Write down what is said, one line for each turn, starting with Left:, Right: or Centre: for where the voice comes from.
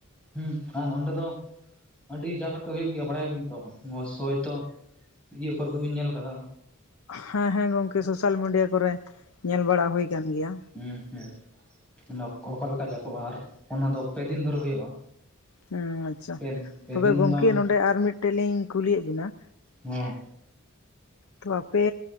Centre: ᱦᱩᱸ ᱟᱨ ᱚᱸᱰᱮ ᱫᱚ ᱟᱹᱰᱤ ᱡᱟ ᱠᱟᱛᱮ ᱦᱩᱭᱩᱜ ᱜᱮᱭᱟ ᱵᱟᱲᱟᱭᱟ ᱵᱤᱱ ᱛᱚ ᱦᱚᱳᱭ ᱛᱚ ᱤᱭᱟᱹ ᱠᱚᱨᱮ ᱫᱚ ᱵᱟᱹᱧ ᱧᱮᱞ ᱟᱠᱟᱫᱟ
Left: ᱦᱮᱸ ᱦᱮᱸ ᱜᱚᱝᱠᱮ ᱥᱳᱥᱟᱞ ᱢᱤᱰᱤᱭᱟ ᱠᱚᱨᱮ ᱧᱮᱞ ᱵᱟᱲᱟ ᱦᱩᱭ ᱟᱠᱟᱱ ᱜᱮᱭᱟ
Centre: ᱦᱸ ᱦᱸ ᱚᱠᱟᱞᱠ ᱡᱠᱚᱼᱟ ᱟᱨ ᱚᱱᱟ ᱫᱚ ᱯᱮᱫᱤᱱ ᱫᱷᱚᱨᱮ ᱦᱩᱭᱩᱜᱼᱟ
Left: ᱦᱮᱸ ᱟᱪᱪᱷᱟ
Centre: ᱯᱮ ᱯᱮ
Left: ᱛᱚᱵᱮ
Centre: ᱫᱤᱱ
Left: ᱜᱚᱢᱠᱮ
Centre: ᱵᱟᱝ
Left: ᱱᱚᱰᱮ ᱟᱨ ᱢᱤᱫᱴᱮᱡ ᱞᱤᱧ ᱠᱩᱞᱤᱭᱮᱫ ᱵᱮᱱᱟᱣ
Centre: ᱦᱮᱸ
Left: ᱛᱚ ᱟᱯᱮ